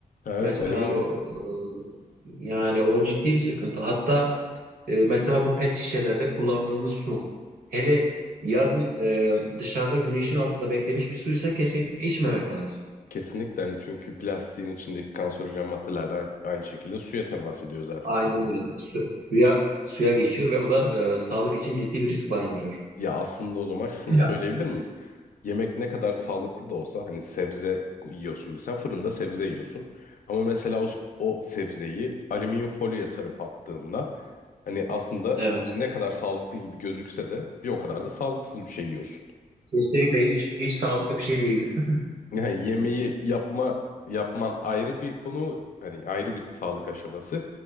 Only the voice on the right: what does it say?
Mesela
e, yani o ciddi bir sıkıntı. Hatta e, mesela bu pet şişelerde kullandığımız su. Hele yazın e, dışarıda güneşin altında beklemiş bir suysa kesinlikle içmemek lazım.
Aynen öyle. Su- suya suya geçiyor ve o da e, sağlık için ciddi bir risk barındırıyor.
Ya.
Evet.
Kesinlikle hiç hiç sağlıklı bir şey değil. <laughs>